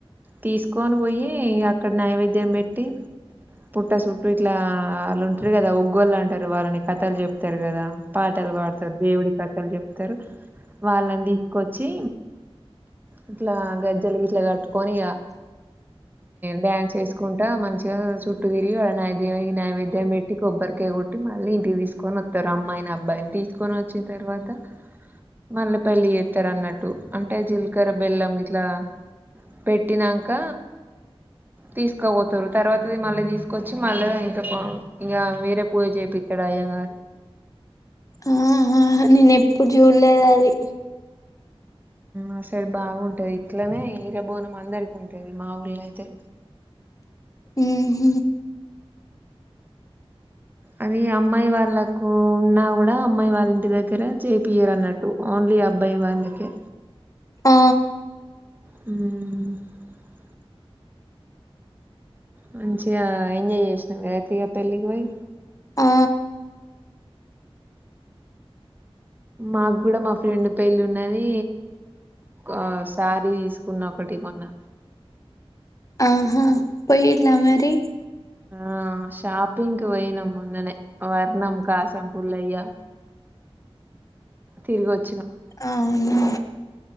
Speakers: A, on the right; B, on the left.
A: తీసుకొని పోయి అక్కడ నైవేద్యం పెట్టి పుట్ట చుట్టూ ఇట్లా వాళ్ళు ఉంటారు కదా ఒగ్గోళ్ళ అంటారు వాళ్ళని కథలు చెప్తారు కదా పాటలు వాడుతారు దేవుడి కథల చెప్తారు వాళ్ళని తీసుకొచ్చి ఇట్లా గజ్జలు గట్లా కట్టుకొని డ్యాన్స్ వేసుకుంటా మంచిగా చుట్టూ తిరిగి వాళ దేవునికి నైవేద్యం పెట్టి కొబ్బరికాయ కొట్టి అంటే మళ్ళీ ఇంటికి తీసుకొని వస్తారు అమ్మాయి అబ్బాయిని తీసుకొని వచ్చిన తర్వాత మళ్ళీ పెళ్ళి చేస్తారు అన్నట్టు అంటే జీలకర్ర బెల్లం ఇట్లా పెట్టినాక తీసుకోపోతారు తర్వాతది మళ్ళీ తీసుకొచ్చి మళ్ళీ ఇంకా ఇంకా వేరే పూజ చేపిస్తాడు అయ్యా గారు
B: ఆ నేను ఎప్పుడు చూడ్ లేదు అది
A: ఆ సైడ్ బాగుంటది ఇట్లనే హీరోబోనం అందరికి ఉంటది మా ఊర్లో అయితే
B: ఆహ
A: అది అమ్మాయి వాళ్ళలకు ఉన్నా కూడా అమ్మాయి వాళ్ళ ఇంటి దగ్గర చేపియరు అన్నట్టు ఓన్లీ అబ్బాయి వాళ్ళకే
B: ఆ
A: అ మంచిగా ఎంజాయ్ చేసిన అయితేగా పెళ్ళికి పోయి
B: ఆ
A: మాకు కూడా మా ఫ్రెండ్ పెళ్ళి ఉన్నది ఒక శ్యారీ తీసుకున్న ఒకటి మొన్న
B: ఆహా పోయిండ్లా మరి
A: ఆ షాపింగ్ కు పోయిన మొన్ననే వర్ణం కాసం పుల్లయ్యా తిర్ గోచ్
B: అవును